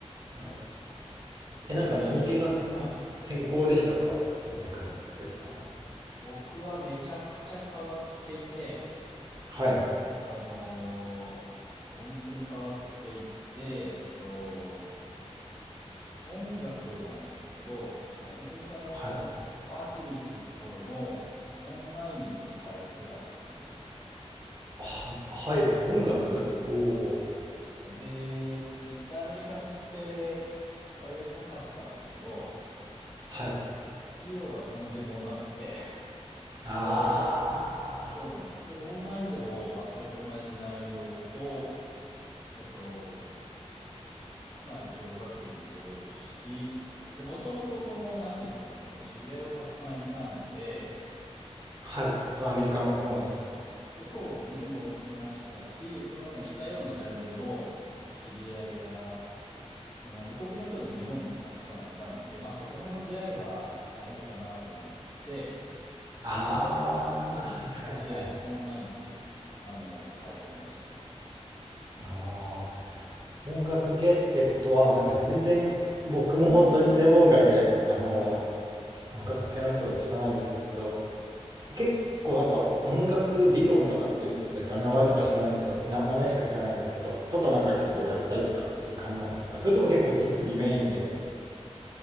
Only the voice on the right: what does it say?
はい
え、なんか何系の専、
専攻でしたか逆に、つくるさんは。
はい。
はい。は、はい。音楽。おお。
はい。
ああ。
はい。そのアメリカの方に。
ああ。
はいはいはい。
ああ。音楽系ってことは、なんか全然、僕も本当に専門外で、あの、
音楽系の人知らないんですけど、結構なんか音楽理論とかっていうんですかね、名前とか知らないけど、な名前しか知らないんですけど、とかなんか結構やったりとかする感じなんですかね。
それとも結構実技メインで。